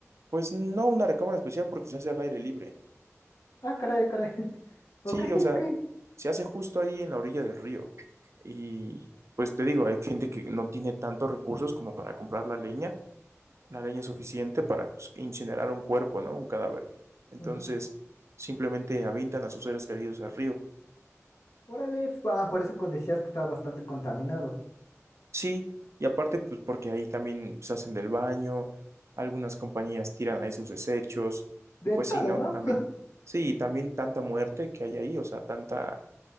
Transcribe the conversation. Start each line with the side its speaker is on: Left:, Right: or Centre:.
Right: pues no una recámara especial porque se hace al aire libre.
Left: Ah, caray, caray. <laughs>
Right: Sí,
Left: Ok,
Right: o sea,
Left: ok.
Right: se hace justo ahí en la orilla del río. Y pues te digo, hay gente que no tiene tantos recursos como para comprar la leña. La leña es suficiente para pues, incinerar un cuerpo, ¿no? Un cadáver. Entonces,
Left: Ujú.
Right: simplemente avientan a sus seres queridos al río.
Left: Órale. es- Ah, por eso co- decías que estaba bastante contaminado.
Right: Sí, y aparte, pues porque ahí también pues, hacen del baño, algunas compañías tiran ahí sus desechos,
Left: De
Right: y pues
Left: todo,
Right: sí, ¿no?
Left: ¿no?
Right: También, sí, también tanta muerte que hay ahí, o sea, tanta,